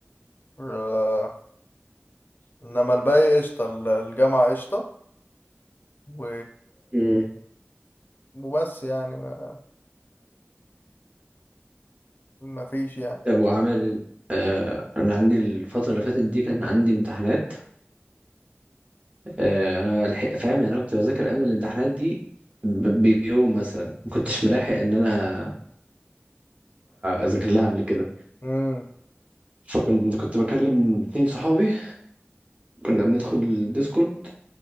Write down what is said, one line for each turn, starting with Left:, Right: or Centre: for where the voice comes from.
Left: آه. انما الباقي قشطة ال- الجامعة قشطة و...
Right: مم.
Left: وبس يعني ما... ما فيش يعني
Right: طب وعامل انا عندي الفتره اللي فاتت دي كان عندي امتحانات آه، انا الحق فاهم يعني انا كنت بذاكر قبل الامتحانات دي ب- بيوم مثلا ما كنتش ملاحق ان انا اذاكر لها قبل كده
Left: امم
Right: فكنت كنت بكلم اتنين صحابي كنا بندخل الديسكورد